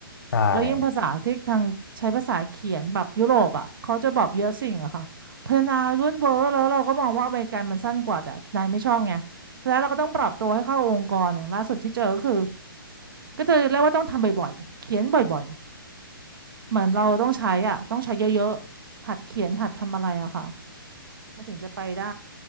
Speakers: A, on the left; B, on the right.
A: ใช่
B: แล้วยิ่งภาษาที่ทางใช้ภาษาเขียนแบบยุโรปอ่ะเขาจะบอกเยอะสิ่งอะค่ะพัฒนายุ่นเวอร์แล้วเราก็มองว่าอเมริกันมันสั้นกว่าแต่นายไม่ชอบไงสุดท้ายเราก็ต้องปรับตัวให้เข้าองค์กรอย่างล่าสุดที่เจอก็คือก็เจอเรียกว่าต้องทำบ่อยๆเขียนบ่อยๆเหมือนเราต้องใช้อ่ะต้องใช้เยอะๆหัดเขียนหัดทำอะไรอะค่ะมันถึงจะไปได้